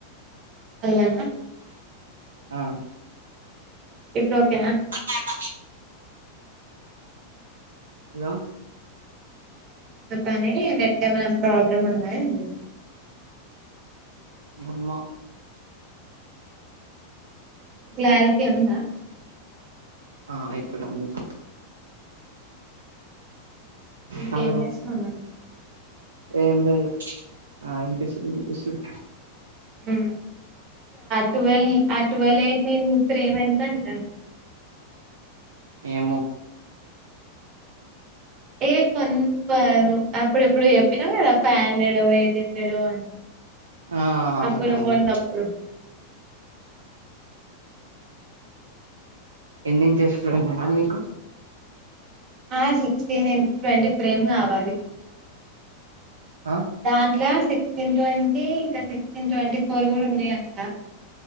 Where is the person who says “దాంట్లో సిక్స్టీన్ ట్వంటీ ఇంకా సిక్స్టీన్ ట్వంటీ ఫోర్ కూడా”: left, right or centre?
Right